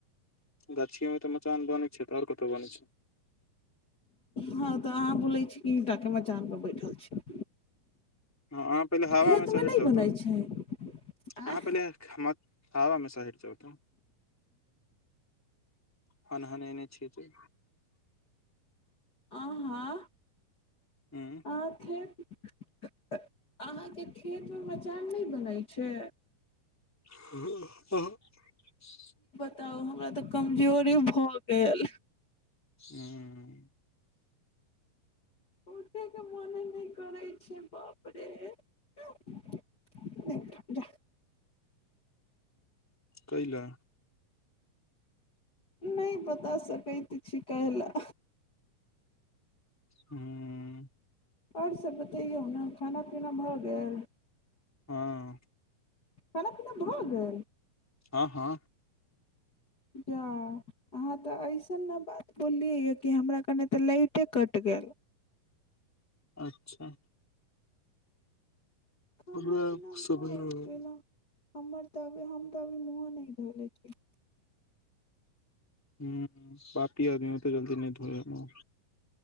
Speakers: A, in the centre; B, on the left.
A: गाछिये मे तऽ मचान बनै छै तऽ आओर कतय बनै छै
B: हँ तऽ अहाँ बोलै छी कि ईंटाके मचान पर बैठल छी
A: हँ अहाँ पहिले हवा
B: खेतमे
A: मे सँ हटि
B: नहि
A: जाउ
B: बनै
A: तऽ
B: छै आ
A: अहाँ पहिले हवा मे सँ हटि जाउ तऽ हन हनेने छी जे
B: अहाँ
A: हूँ
B: आ फेर <inaudible> अहाँके खेतमे मचान नहि बनै छै
A: हँ अहंँ <inaudible>
B: तऽ हमरा तऽ कमजोरी भऽ गेल
A: हूँ
B: उठैके मने नहि करै छै बाप रे देख जाह <inaudible>
A: कैले
B: नहि बता सकैत छी कयला
A: हूँ
B: आओर सभ बतैयौ न खाना पीना भऽ गेल
A: हँ
B: खाना पीना भऽ गेल
A: हँ हँ
B: जा अहाँ तऽ अइसन ने बात बोललियै कि हमरा कनि तऽ लाइटे कटि गेल
A: अच्छा
B: खाना
A: हमरा
B: पीना भ
A: सब हूँ
B: गेल अहां हमर तब हम तऽ अभी मुँहो नहि धोइले छी
A: ह्म पापी आदमी एते जल्दी नहि धोय है मूँह